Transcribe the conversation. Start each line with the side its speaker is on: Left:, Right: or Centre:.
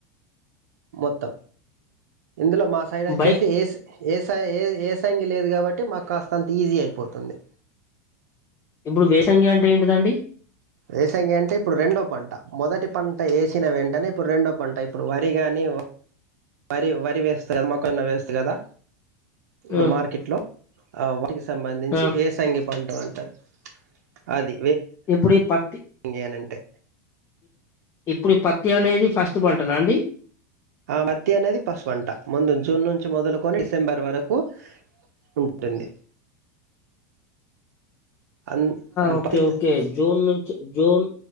Right: మొత్తం. ఇందులో మా సైడ్ అచ్చేసి
Left: బై
Right: ఏసి. ఏసై ఏ ఏ సంగి లేదు కాబట్టి మాకు కాస్త అంత ఈజీ అయిపోతుంది
Left: ఇప్పుడు వేసంగి అంటే ఏంటిదండి
Right: వేసంగ అంటే ఇప్పుడు రెండో పంట మొదటి పంట వేసిన వెంటనే ఇప్పుడు రెండో పంట ఇప్పుడు వరి కానీ వరి వరి వేస్తు కదా మొక్కన్న వేస్తుంది కదా ఇప్పుడు
Left: ఆ
Right: మార్కెట్ లో అ వాటికీ సంబంధించి
Left: ఆ
Right: వేసంగి పంట అంటారు అది
Left: ఎప్పుడ ప
Right: ఇంగే అనంటే
Left: ఇప్పుడు ఈ పత్తి అనేది ఫస్ట్ పంటనా అండి
Right: ఆ బతి అనేది పసుపు పంట ముందు జూన్ నుంచి మొదలుకొని డిసెంబర్ వరకు ఉంటుంది అన్
Left: ఓకే
Right: పత్తి
Left: ఓకే జూన్ నుంచి జూన్